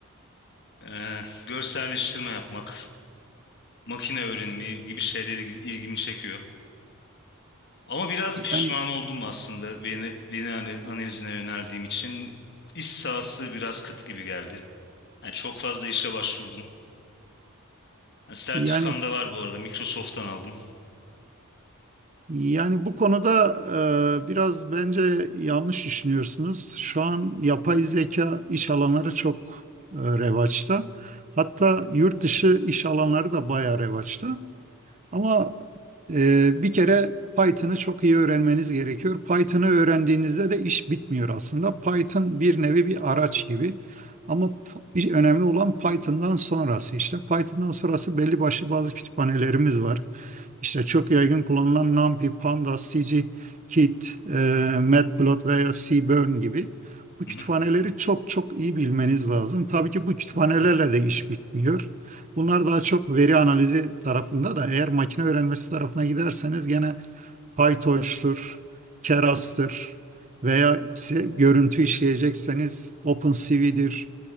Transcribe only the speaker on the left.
eee, görselleştirme yapmak, makine öğrenimi gibi şeyleri ilgimi çekiyor. Ama biraz pişman
oldum aslında beni, beni ana- analizine yöneldiğim için. İş sahası biraz kıt gibi geldi. Yani çok fazla işe başvurdum. Yani sertifikam
da var bu arada. Microsoft'tan aldım.
Hı
hı.